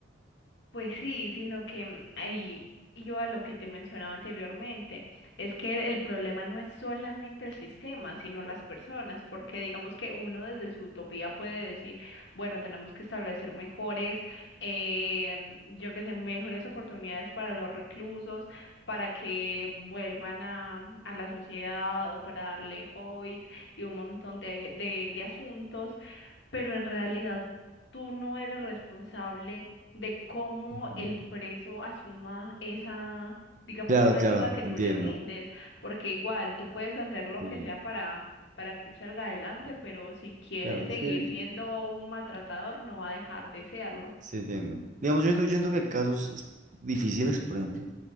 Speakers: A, on the left; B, on the right.
A: Pues sí, sino que mm, ahí yo a lo que te mencionaba anteriormente, es que el problema no es solamente el sistema, sino las personas, porque digamos que uno desde su utopía puede decir, bueno, tenemos que establecer mejores, eh, yo qué sé, mejores oportunidades para los reclusos, para que vuelvan a, a la sociedad o para darle hobbies y un montón de de- de asuntos pero en realidad tú no eres responsable de cómo
B: Ujú.
A: el preso asuma esa, digamos,
B: Claro,
A: esa
B: claro,
A: ayuda que tú
B: entiendo.
A: le brindes, porque igual tú puedes hacer lo
B: Sí,
A: que sea para, para que él salga adelante, pero si quiere
B: claro,
A: seguir
B: es que
A: siendo un maltratador, no va a dejar de serlo.
B: sí entiendo. Digamos, yo siento, yo siento que hay casos es- difíciles, por ejemplo,